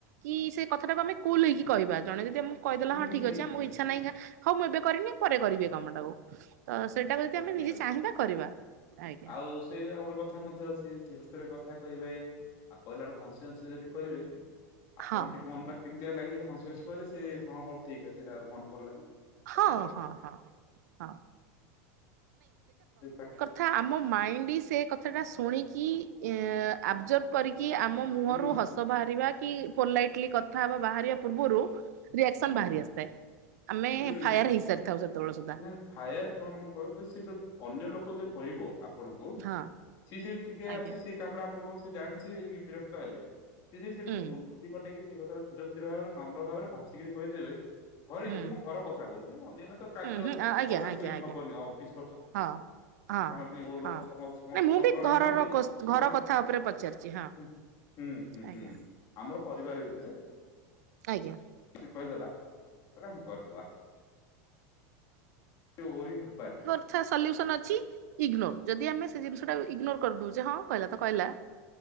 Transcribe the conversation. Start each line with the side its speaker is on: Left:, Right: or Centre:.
Right: କି ସେ କଥାଟାକୁ ଆମେ କୁଲ ହେଇକି କହିବା ଜଣେ ଯଦି ଆମକୁ କହିଦେଲା
Left: ହୁଁ
Right: ହଁ ଠିକ
Left: ହୁଁ
Right: ଅଛି ଆମକୁ
Left: ହୁଁ
Right: ଇଚ୍ଛା ନାହିଁ କା ହଉ ମୁଁ ଏବେ କରି ବିନି ପରେ କରିବି ସେ କାମଟାକୁ। ତ ସେଇଟା ଯଦି
Left: ଆଉ
Right: ଆମେ
Left: ସେଇ
Right: ନିଜେ
Left: କଥା
Right: ଚାହିଁବା କରିବା ଆଜ୍ଞା।
Left: ଆଉ ସେଇ ଆଉ ଗୋଟେ କଥା ମଧ୍ୟ ଅଛି ଧୀରେ ଧୀରେ କଥା କହିବେ ଆଉ କହିଲା ଗୋଟେ ଫସି ଫଂସି କରି କହିବେ। ଆପଣ
Right: ହଁ
Left: ଟିକେ ମନ ଟା କେମିତି ଲାଗି ହସି ହସି କହିଲେ ସେ ହଁ ହଉ ଠିକ୍ ଅଛି ସେଇଟା ମନେ ପଡିଲାନି। ତାପରେ
Right: ହଁ
Left: ପଳେ
Right: ହଁ ହଁ ହଁ
Left: <unintelligible>
Right: ହଁ ଆମ ମାଇଣ୍ଡି ସେ କଥାଟା ଶୁଣିକି ଏ ଆବଜର କରିକି ଆମ ମୁହଁରୁ
Left: ହୁଁ
Right: ହସ ବାହାରିବା କି <unintelligible> କଥା ବା ବାହାରିବା ପୂର୍ବରୁ ରିଆକ୍ସନ
Left: ହୁଁ
Right: ବାହାରି ଆସିଥାଏ ଆମେ
Left: ହୁଁ।
Right: ଫାୟାର ହେଇସାରିଥାଉ ସେତେବେଳେ ସୁଦ୍ଧା
Left: ନା ଫାୟାର କଣ କହ ସେ ଯୋଉ ଅନ୍ୟ ଲୋକ ଯୋଉ କହିବ ଆପଣଙ୍କୁ
Right: ହଁ
Left: ସିଏ ଯେ ଟିକେ
Right: ଆଜ୍ଞା।
Left: ଅଛି ସେଇ କାମ ଟା ଆପଣଙ୍କ ସେ ଜାଣିଛି ବିରକ୍ତ ହେବେ ସିଏ ଯେ ସେଟା
Right: ହୁଁ
Left: ବୁଦ୍ଧି ଖଟେଇକି ସେଇ କଥାରେ ଧୀର ସ୍ଥିର ଭରେ ନମ୍ର ଭାବରେ ହସିକି କହିଦେବେ ଘରେ
Right: ହୁଁ
Left: ମୁଁ ଘର କଥା କହୁଛି ଅନ୍ୟାନ୍ୟ ତ କାର୍ଯ୍ୟ
Right: ହୁଁ ହୁଁ ଆଜ୍ଞା
Left: <unintelligible>
Right: ଆଜ୍ଞା
Left: ସେମିତି
Right: ଆଜ୍ଞା
Left: ହବନି ଅଫିସ ଫଫିସ
Right: ହଁ ହଁ
Left: ତାଙ୍କ <unintelligible>
Right: ହଁ।
Left: ଲୋକ ସବୁ
Right: ନାଇଁ ମୁଁ
Left: ପ୍ରକାର
Right: ବି ଘରର
Left: ନୁହନ୍ତି <unintelligible>
Right: ଘର କଥା ଉପରେ ପଚାରିଛି ହଁ
Left: ହୁଁ ହୁଁ
Right: ଆଜ୍ଞା
Left: ହୁଁ ଆମର ପରିବାର ଭିତରେ
Right: ଆଜ୍ଞା।
Left: ସେ କହିଦେଲା। <unintelligible> କରିଦେବା ଓ ହେପାରି
Right: ସାର ସଲ୍ୟୁସନ୍ ଅଛି। ଇଗ୍ନୋନୋର ଯଦି ଆମେ ସେ ଜିନିଷଟା ଇଗନୋର କରିଦଉଛେ ହଁ କହିଲା ତ କହିଲା।